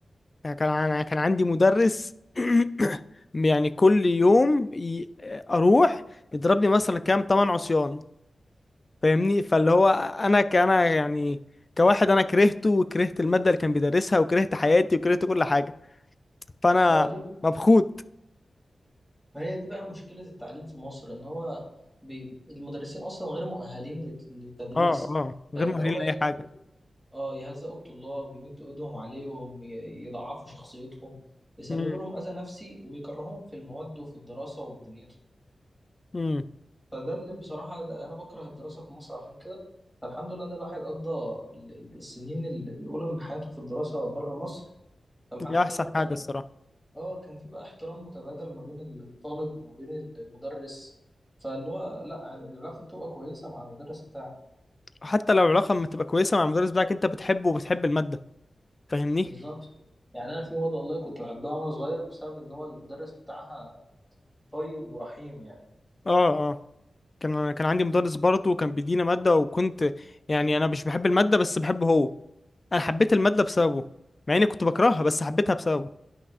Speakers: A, on the left (about 30°); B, in the centre.
A: يعني كان انا كان عندي مدرس <clears throat> يعني كل يوم ي- آه، اروح يضربني مثلا كام 8 عصيان فاهمني فاللي هو انا كأنا يعني كواحد انا كرهته وكرهت المادة اللي كان بيدرسها وكرهت حياتي وكرهت كل حاجة فانا
B: ما هو دي
A: مبخوت
B: ما هي دي بقى مشكلة التعليم في مصر ان هو بي... المدرسين اصلا غير مؤهلين لت- للتدريس
A: اه اه
B: فيبدأوا
A: غير مؤهلين
B: بقى
A: لأي
B: ي-
A: حاجة
B: اه يهزقوا الطلاب يمدوا ايدهم عليهم ي- يضعفوا شخصيتهم يسببوا
A: امم
B: لهم اذى نفسي وبيكرههم في المواد وفي الدراسة وفي دنيتهم
A: امم
B: فده اللي بصراحة أنا بكره الدراسة في مصر عشان كده فالحمد لله إن الواحد قضى ال- ال- السنين ال- الأولى من حياته في الدراسة بره مصر فالحمد
A: دي احسن
B: لله الواحد بقى
A: حاجة الصراحة
B: آه كان في بقى احترام متبادل ما بين الطالب وما بين المدرس فاللي هو لأ العلاقة بتبقى كويسة مع المدرس بتاعك
A: حتى لو العلاقة ما تبقى كويسة مع المدرس بتاعك انت بتحبه وبتحب المادة فاهمني
B: بالظبط يعني أنا في مواد والله كنت بحبها وأنا صغير بسبب إن هو المدرس بتاعها طيب ورحيم يعني
A: اه اه كان كان عندي مدرس برضه كان بيدينا مادة وكنت يعني انا مش بحب المادة بس بحبه هو انا حبيت المادة بسببه مع اني كنت بكرهها بس حبيتها بسببه